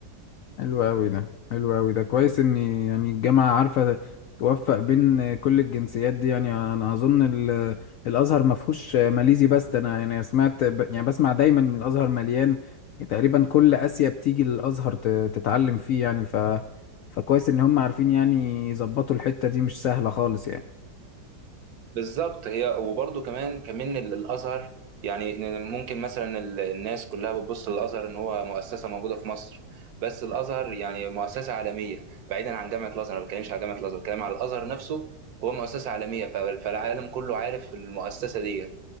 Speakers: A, on the left; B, on the right.
A: حلو أوي ده حلو أوي ده كويس إن يعني الجامعة عارفة توفق بين كل الجنسيات دي يعني أنا أظن ال- الأزهر ما فيهوش ماليزي بس ده أنا يعني سمعت ب- يعني بسمع دايما إن الأزهر مليان تقريبا كل آسيا بتيجي للأزهر ت- تتعلم فيه يعني ف فكويس إن هم عارفين يعني يظبطوا الحتة دي مش سهلة خالص يعني
B: بالظبط هي وبرضه كمان كمان ال- الأزهر يعني إن ممكن مثلا ال- الناس كلها بتبص للأزهر إن هو مؤسسة موجودة في مصر بس الأزهر يعني مؤسسة عالمية بعيدا عن جامعة الأزهر أنا ما بتكلمش على جامعة الأزهر بتكلم على الأزهر نفسه هو مؤسسة عالمية ف- فالعالم كله عارف المؤسسة دي